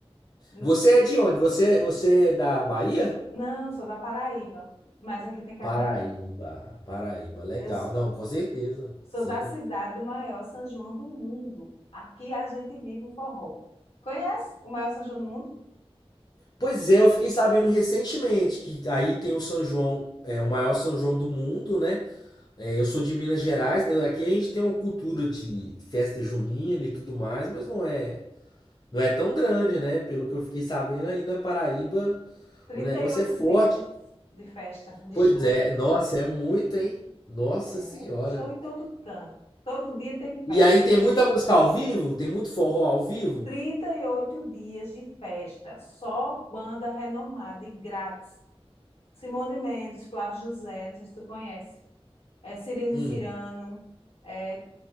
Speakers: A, on the left; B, on the left.
A: N-
B: Você é de onde? Você, é, você é da Bahia?
A: Não, sou da Paraíba, mas aqui tem carnaval.
B: Paraíba, Paraíba, legal.
A: Eu s-
B: Não, com certeza,
A: sou
B: sim.
A: da cidade do maior São João do mundo. Aqui a gente vive o forró. Conhece o maior São João do mundo?
B: Pois é, eu fiquei sabendo recentemente que aí tem o São João, é o maior São João do mundo, né? É, eu sou de Minas Gerais, né? Aqui a gente tem uma cultura de festa junina e tudo mais, mas não é Não é tão grande, né? Pelo que eu fiquei sabendo, aí na Paraíba
A: Trinta
B: o negócio
A: e oito
B: é forte.
A: dias de festa, de
B: Pois
A: show.
B: é, nossa, é muito, hein? Nossa
A: É,
B: Senhora.
A: show em todo canto. Todo dia tem
B: E
A: festa.
B: aí tem muita música ao vivo? Tem muito forró ao vivo?
A: trinta e oito dias de festa, só banda renomada e grátis. Simone Mendes, Flávio José, não sei se tu conhece, é, Cirine
B: Hum,
A: Cirano, é,